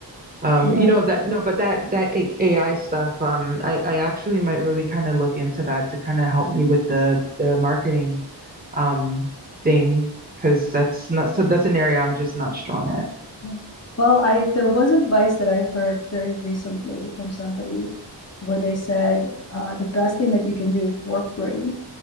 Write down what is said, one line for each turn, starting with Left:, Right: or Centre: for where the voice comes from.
Right: um,
Left: yeah
Right: you know that no, but that that AI stuff, um, I I actually might really kind of look into that to kind of help me with the the marketing um thing because that's not so that's an area I'm just not strong at.
Left: yeah. well i there was advice that i heard very recently from somebody where they said uh, the best thing that you can do for free